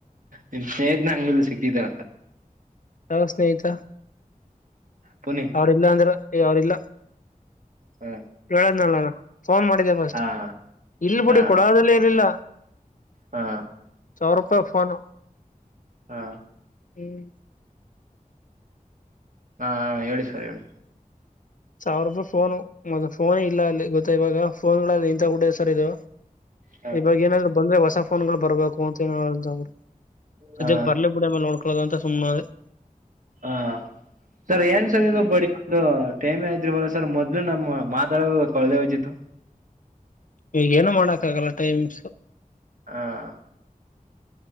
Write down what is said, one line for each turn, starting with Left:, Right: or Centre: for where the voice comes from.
Right: ನಿಮ್ ಸ್ನೇಹಿತ ನಂಗಲ್ಲ ಸಿಕ್ತಿದ್ದ.
Left: ಯಾವ ಸ್ನೇಹಿತ
Right: ಪುನಿ
Left: ಅವ್ರಲ್ಲಾ ಅಂದ್ರು ಅವ್ರಲ್ಲ
Right: ಹ
Left: ಹೇಳದ್ನಲ್ಲ ಫೋನ್ ಮಾಡಿದೆೆ ಫಸ್ಟ್
Right: ಹಾ
Left: ಇಲ್ ಬಿುಡಿ
Right: ಹಾ
Left: ಕೊಡದಲ್ಲಿ ಏನಿಲ್ಲ.
Right: ಹಾ
Left: ಸಾವ ರೂಪಾಯಿ ಫೋನು.
Right: ಹಾ
Left: ಹ್ಮ್
Right: ಹಾ ಹೇಳಿ ಸರ್ ಹೇಳಿ.
Left: ಸಾವಿರ ರೂಪಾಯಿ ಫೋನು. ಮದ್ ಫೋನ ಇಲ್ಲ ಅಲ್ಲಿ ಗೊತ್ತ ಇವಾಗ. ಫೋನ್ಗಳಲ್ಲಿ ಇಂತ ಗುಡ್ಡ ಸರ್ ಇದು.
Right: ಹ
Left: ಇವಾಗ ಏನಾದ್ರು ಬಂದ್ರೆ ಹೊಸ. ಫೋನ್ ಗಳು ಬರ್ಬೇಕು ಅಂತ ಏನ್ <unintelligible> ಸದ್ಯಕ್ಕೆ
Right: ಹಾ
Left: ಬರ್ಲೇ ಬಿಡ ಮೇಲೆ ನೋಡ್ <unintelligible>
Right: ಹಾ ಸರ್ ಏನ್ ಸರ್ ಇದು ಬಡಿ ಒಂದು ಟೈಮ ಆಆ <unintelligible> ಸರ್ ಮೊದ್ಲು ನಮ್ಮ ಮಾದಾಡ <unintelligible>
Left: ಈ ಏನು ಮಾಡೋಕ್ ಆಗಲ್ಲ. ಟೈಮ್ಸ್
Right: ಹಾ <unintelligible>